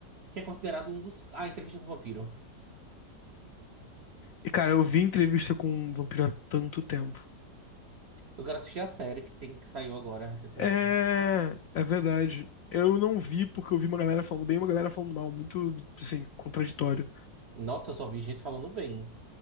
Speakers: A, on the right; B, on the left.
A: que é considerado um dos. Ah, Entrevista com o Vampiro.
B: E, cara, eu vi entrevista com um vampiro há tanto tempo.
A: Eu quero assistir a série que, tem, que saiu agora recentemente.
B: É. É verdade. Eu não vi porque eu vi uma galera falando bem e uma galera falando mal. Muito, assim, contraditório.
A: Nossa, eu só vi gente falando bem.